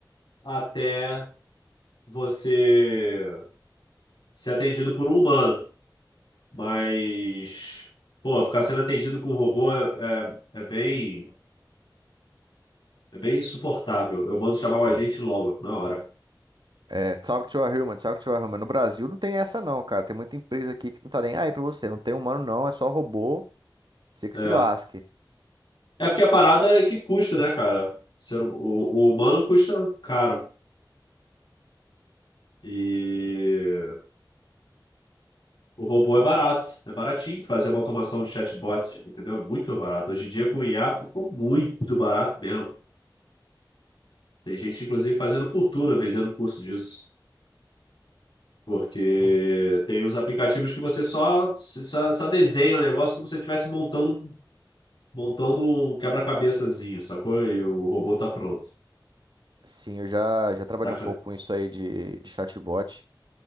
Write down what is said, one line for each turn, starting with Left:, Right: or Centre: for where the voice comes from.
Left: até você ser atendido por um humano. Mas, pô, ficar sendo atendido com um robô é, é, é bem, é bem insuportável. Eu mando
Right: sim.
Left: chamar o agente logo, na hora.
Right: É, talk to a human, talk to a human. No Brasil não tem essa não, cara. Tem muita empresa aqui que não tá nem aí pra você. Não tem humano não, é só robô. Você que
Left: É.
Right: se lasque.
Left: É porque a parada é que custa, né, cara? Ser, o, o humano custa caro. E o robô é barato, é baratinho fazer uma automação de chatbot, entendeu? É Muito barato. Hoje em dia com o IA ficou muito barato mesmo. Tem gente, inclusive, fazendo fortuna vendendo curso disso. Porque tem os aplicativos que você só, só, só desenha o negócio como se você estivesse montando, montando um quebra-cabeçazinho, sacou? E o robô tá pronto.
Right: Sim, eu já, já trabalhei
Left: Tá,
Right: um
Left: ca-
Right: pouco com isso aí de, de chatbot,